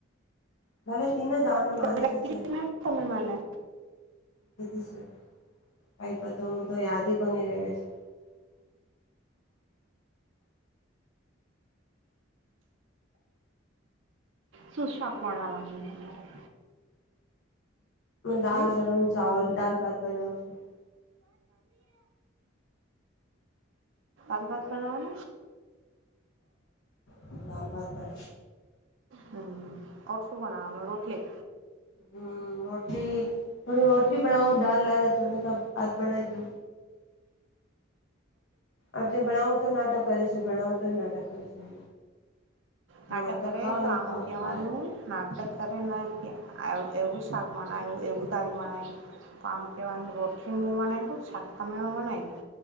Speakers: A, on the left; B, on the right.
A: ભલે તીને જ આવને
B: તમે
A: મારે શું છે.
B: મને
A: કીધી છે કઈપત હ તો યાદ કોની રેવે છે.
B: સુુંશાક વણવાનું તમારે
A: દાલ
B: હમ
A: બનાવું ચાવલ દાલ ભાત બનાવું છું
B: કાલભત બનાવનું
A: હ લાલ ભાત બને
B: હમ ઓર શું બનાવાનું રોટલી
A: હમ રોટલી થોડી રોટલી બનાઓ દાલ લ થોડાસા આથ બના દઉ આટલે ભણાવું તો નાટક કરે છે ભણાવું તો નાટક કરે છે. ખાણા
B: નાટક કરે
A: ખાઓ
B: તો
A: ને
B: આમ
A: ખાઓ
B: કવાનું
A: વાત
B: નાટક કરે ના ક આ એવું શાક બનાય એવું દાાલ બનાય કમ કેવા રોટલી મુું બનાઈ વુ શાક તો બના છે.